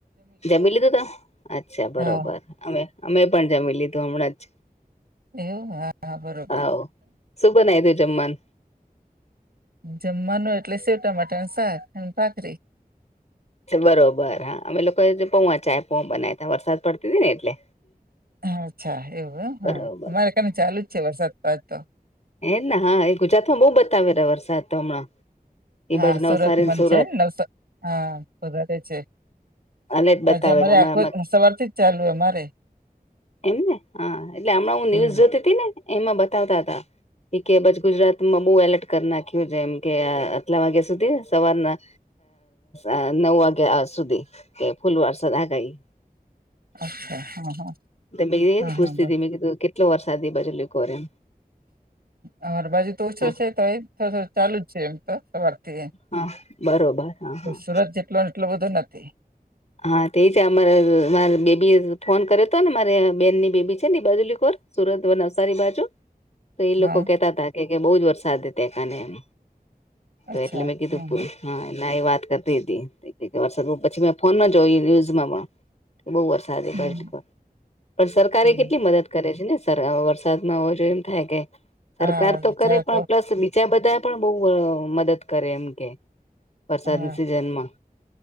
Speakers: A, on the left; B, on the right.
A: જમી લીધું તો અચ્છા બરોબર.
B: હા
A: અમે, અમે પણ જમી લીધું હમણાં જ.
B: એવું? હા. હા બરોબર
A: હ, શું બનાવ્યું જમવાનું?
B: જમવાનું એટલે સેવટામેટાનું શાક અને ભાખરી.
A: બરોબર. હા, અમે લોકો પોવા ચાય, પોવા બનાવ્યા ત વરસાદ પડતી હતી ને એટલે.
B: હ અચ્છા. એવું હમ
A: બરોબર
B: હા, અમારે ખાને ચાલુ જ છે વરસાદ પડતો.
A: એમને હા, એ ગુજરાતમાં બહુ બતાવેલા વરસાદ તો હમણાં. એ
B: હા,
A: બાજ નવસારી
B: સુરત મન
A: સુરત
B: છે ને નવસ હા, વધારે છે.
A: અલે જ બતાવે
B: આજે અમારે
A: છે અમે
B: આખો સવારથી જ ચાલુ અમારે
A: એમને હા. એટલે હમણાં હું,
B: હમ
A: ન્યુઝ જોતી હતી ને એમાં બતાવતા હતા. એ કે બાજુ ગુજરાતમાં બહુ એલર્ટ કરી નાખ્યું છે એમ કે આટલા વાગ્યા સુધી સવારના અ નવ વાગ્યા સુધી કે ફૂલ વારસા ધગાઈ.
B: અચ્છા. હા હા.
A: તે મે એજ
B: હા
A: પૂછતી
B: હા બ
A: હતી મે કીધું, કેટલો વરસાદ તે બાજુ બી પડે એમ.
B: અમારે બાજુ તો ઓછો
A: હા
B: છે તોયે થોડો, થોડો ચાલુ જ છે. એમ તો સવારથી
A: હા, બરોબર. હા હા
B: સુરત જેટલોને એટલો બધો નથી.
A: હા, તે જ અમારે બેબીએ ફોન કર્યો હતો ને મારે બેનની બેબી છે ને બજુલીખોર. સુરત, નવસારી બાજુ તો એ
B: હા
A: લોકો કેહેતા હતા કે બહુ જ વરસાદ ત્યા કને એમ તો
B: અચ્છા
A: એટલે મેં કીધું
B: હમ
A: પુલ
B: હમ
A: હા, ના એ વાત કરતી હતી વરસાદ બહુ પછી મેં ફોનમાં જોય, ન્યુઝમાં પણ બહુ વરસાદ એ
B: હમ
A: બાજુ પણ સરકારે
B: હમ
A: કેટલી મદદ- કરે છે ને વરસાદમાં જો એમ થાય કે સરકાર
B: હા
A: તો
B: બિચારા
A: કરે પણ પ્લસ ત્યાં બધાએ પણ બહુ મદદ કરે એમ કે વરસાદની
B: હા
A: સિઝનમાં